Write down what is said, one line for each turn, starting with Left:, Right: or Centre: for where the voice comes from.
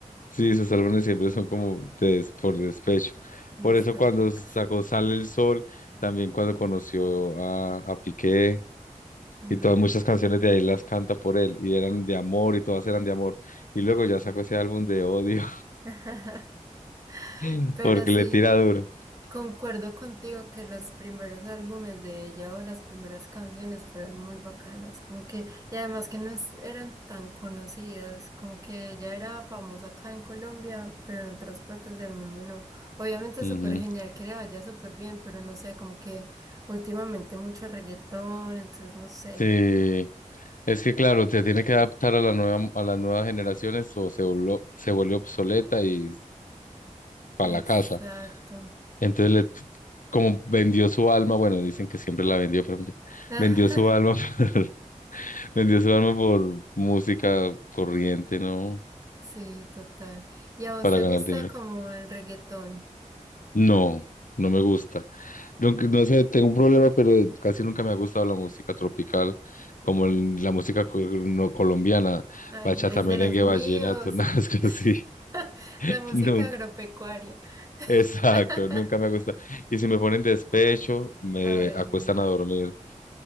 Left: sí, sus álbumes siempre son como de des- por despecho.
Right: nostálgicos.
Left: Por eso cuando sacó Sale el Sol, también cuando conoció a, a Piqué
Right: Mm.
Left: y todas muchas canciones de ahí las canta por él y eran de amor y todas eran de amor. Y luego ya sacó ese álbum de odio
Right: <laughs>
Left: <laughs>
Right: Pero
Left: porque
Right: sí,
Left: le tira duro.
Right: concuerdo contigo que los primeros álbumes de ella o las primeras canciones fueron muy bacanas, como que, y además que no es- eran tan conocidas, como que ella era famosa acá en Colombia, pero en otras partes del mundo no. Obviamente es
Left: Ujú.
Right: súper genial que le vaya súper bien, pero no sé, como que últimamente mucho reggaetón, entonces no sé.
Left: Sí, es que claro, se tiene que adaptar a la nueva, a las nuevas generaciones o se voló- se vuelve obsoleta y para
Right: Exacto.
Left: la casa. Entonces, le- como vendió su alma, bueno, dicen que siempre la vendió, pero
Right: <laughs>
Left: vendió su alma <laughs> por, vendió su alma por música corriente, ¿no?
Right: Sí, total. ¿Y a vos
Left: Para
Right: te
Left: ganar
Right: gusta
Left: dinero.
Right: como el reggaetón?
Left: No, no me gusta. No, que- no sé, tengo un problema, pero casi nunca me ha gustado la música tropical, como el- la música co- no colombiana,
Right: Ay,
Left: bachata,
Right: eres
Left: merengue,
Right: de los míos.
Left: vallenato, <laughs> nada es que así.
Right: <laughs> La música
Left: Nunca.
Right: agropecuaria. <laughs>
Left: Exacto, nunca me ha gustado. Y si me ponen despecho, me
Right: Ay,
Left: acuestan a dormir.